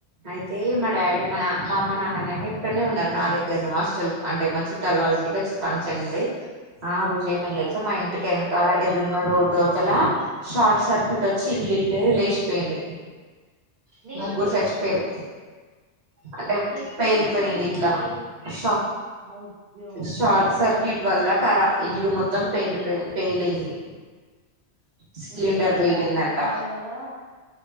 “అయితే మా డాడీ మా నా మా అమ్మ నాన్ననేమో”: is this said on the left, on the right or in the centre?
Right